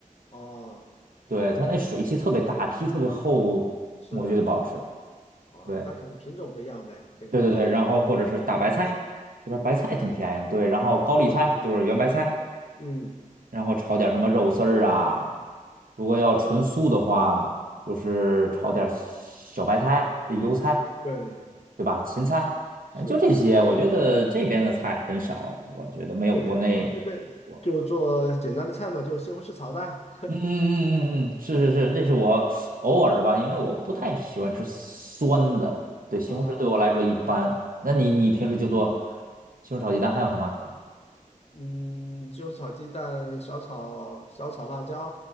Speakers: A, on the left (about 50°); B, on the right (about 85°).
A: 哦，
B: 对，它那水汽特别大，皮特别厚，
A: 是，
B: 我觉得不好吃。
A: 哦，
B: 对，
A: 那可能品种不一样呗，跟国内的
B: 对对对，然后或者是大白菜，这边白菜挺便宜的。
A: 对不对？
B: 对，然后高丽菜就是圆白菜，
A: 嗯，
B: 然后炒点什么肉丝儿啊。如果要纯素的话，就是炒点小白菜、呃油菜，
A: 对，
B: 对吧？芹菜，
A: 是，
B: 哎，就这些。我觉得这边的菜很少的我觉得没有国内。
A: 对，我这边就做简单的菜嘛，
B: 我。
A: 就西红柿炒蛋。
B: 嗯嗯嗯嗯，嗯，是是是，这是我偶尔吧，
A: 啊，
B: 因为我不太喜欢吃酸的。对，西红柿对我来说一般。
A: 哦
B: 那你你平时就做西红柿炒鸡蛋，还有什么？
A: 嗯，就炒鸡蛋，小炒小炒辣椒